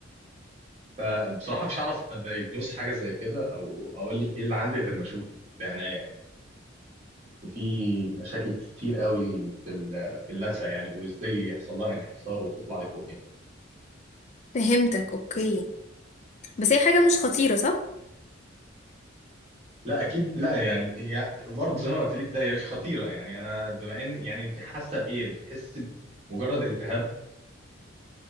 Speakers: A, on the right; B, on the left.
A: فبصراحة مش هعرف اديجنوز حاجة زي كده او اقول لك ايه اللي عندي غير ما اشوفه بعناية يعني في مشاكل كتير قوي في ال- في اللثة يعني وازاي يحصل لها انحسار وتطلع لفوق يعني
B: فهمتك اوكي بس هي حاجه مش خطيره صح
A: لا اكيد لا يعني هي برضه زي ما قلت لك لا هي مش خطيرة يعني انا بما ان يعني انت حاسة بايه بتحس بمجرد التهاب